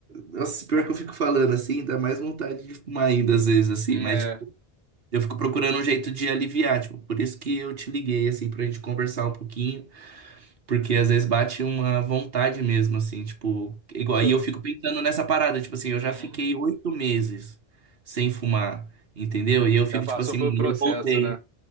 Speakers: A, on the right; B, on the right.
A: Nossa, pior que eu fico falando assim, dá mais vontade de fumar ainda às vezes, assim,
B: Hum,
A: mas,
B: É.
A: tipo, eu fico procurando um jeito de aliviar, tipo, por isso que eu te liguei, assim, pra gente conversar um pouquinho. Porque às vezes bate uma vontade mesmo, assim, tipo, igual,
B: Pô,
A: aí eu fico pensando nessa parada, tipo assim, eu já
B: uhum.
A: fiquei oito meses sem fumar, entendeu? E eu fico,
B: Já passou
A: tipo assim,
B: pelo
A: "Menino,
B: processo,
A: eu voltei.
B: né?